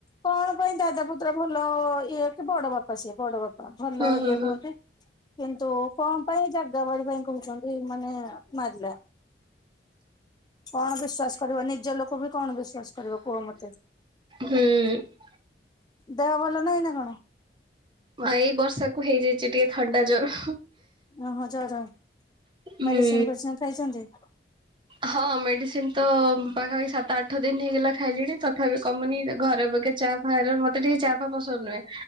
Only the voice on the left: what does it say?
କଣ ପାଇଁ ଦାଦା ପୁତୁରା ଭଲ ଇଏ କି ବଡ ବାପା ସିଏ ବଡ ବାପା ଭଲ
ଇଏ
ହୁଅନ୍ତି। କିନ୍ତୁ କଣ ପାଇଁ ଜାଗା ବାଡି ପାଇଁ କହୁଛନ୍ତି ମାନେ ମାରଲା। କଣ ବିଶ୍ଵାସ କରିବ ନିଜ ଲୋକ ବି କଣ ବିଶ୍ଵାସ କରିବ କୁହ ମତେ?
ଦେହ ଭଲ ନାହିଁ ନା କଣ?
ଓ ହ ଜର
ମେଡିସିନ ଫେଡିସିନ ଖାଇଛନ୍ତି?